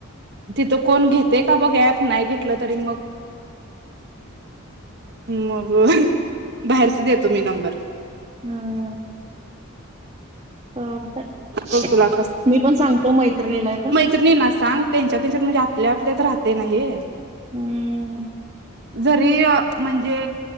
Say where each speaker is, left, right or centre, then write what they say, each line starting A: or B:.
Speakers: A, on the right (about 55°); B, on the right (about 25°).
A: तिथं कोण घेते का बघ ऍप नाही घेतलं तरी मग. मग बाहेरच देतो मी नंबर
B: हम्. तर तर
A: बघ तुला
B: मी पण सांगतो मैत्रिणीला एका.
A: तरी ह्याना सांग त्यांच्या त्यांच्यात म्हणजे आपल्या आपल्यात राहते ना हे
B: हम्म.
A: जरी म्हणजे.